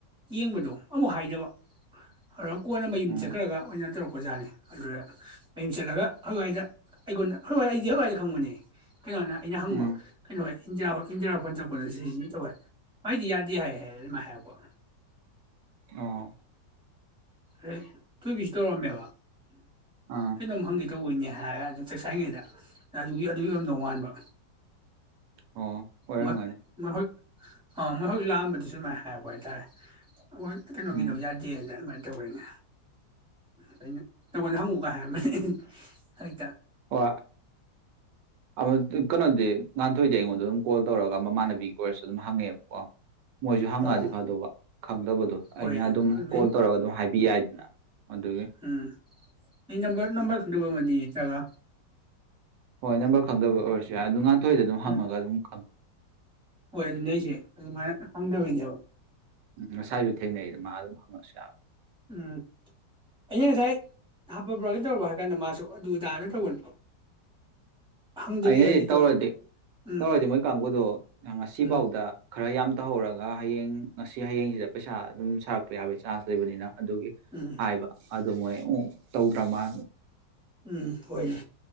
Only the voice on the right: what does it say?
ꯎꯝ
ꯎꯝ
ꯑꯣꯏ
ꯑꯥ
ꯑꯣ ꯑꯣꯏꯔꯝꯒꯅꯤ
ꯎꯝ
ꯑꯣ ꯑꯃꯥ ꯀꯩꯅꯣꯗꯤ ꯉꯥꯟꯊꯣꯏꯗꯤ ꯑꯩꯉꯣꯟ ꯑꯗꯨꯝ ꯀꯣꯜ ꯇꯧꯔꯒ ꯃꯃꯥꯟꯅꯕꯤꯒꯤ ꯑꯣꯏꯔꯁꯨ ꯑꯗꯨꯝ ꯍꯪꯉꯦꯕꯀꯣ ꯃꯣꯏꯁꯨ ꯍꯪꯉꯛꯑꯗꯤ
ꯐꯗꯧꯕ ꯈꯪꯗꯕꯗꯣ
ꯑꯩꯅ ꯑꯗꯨꯝ
ꯀꯣꯜ ꯇꯧꯔꯒ ꯑꯗꯨꯝ ꯍꯥꯏꯕꯤ ꯌꯥꯏꯗꯅ ꯑꯗꯨꯒꯤ
ꯍꯣꯏ ꯅꯝꯕꯔ ꯈꯪꯗꯕ ꯑꯣꯏꯔꯁꯨ ꯌꯥꯏ ꯑꯗꯨ ꯉꯥꯛꯇ ꯊꯣꯏꯗ ꯑꯗꯨꯝ ꯍꯪꯉꯥꯒ
ꯑꯗꯨꯝ ꯈꯪ
ꯎꯝ ꯉꯁꯥꯏꯁꯨ ꯊꯦꯡꯅꯩꯑꯗꯨ ꯃꯥ ꯑꯗꯨꯝꯍꯪꯉꯛ ꯆꯞ
ꯑꯩꯅꯗꯤ ꯇꯧꯔꯗꯤ
ꯇꯧꯔꯗꯤ ꯃꯣꯏ ꯀꯥꯡꯕꯨꯗꯣ ꯉꯁꯤꯐꯥꯎꯗ
ꯈꯔ ꯌꯥꯝ ꯇꯧꯍꯧꯔꯒ ꯍꯌꯦꯡ ꯉꯁꯤ ꯍꯌꯦꯡꯁꯤꯗ ꯄꯩꯁꯥ ꯑꯗꯨꯝ ꯁꯥꯔꯛꯄ ꯌꯥꯕꯒꯤ ꯆꯥꯟꯁ ꯂꯩꯕꯅꯤꯅ ꯑꯗꯨꯒꯤ
ꯍꯥꯏꯕ ꯑꯗꯨ ꯃꯣꯏ ꯇꯧꯗ꯭ꯔꯃ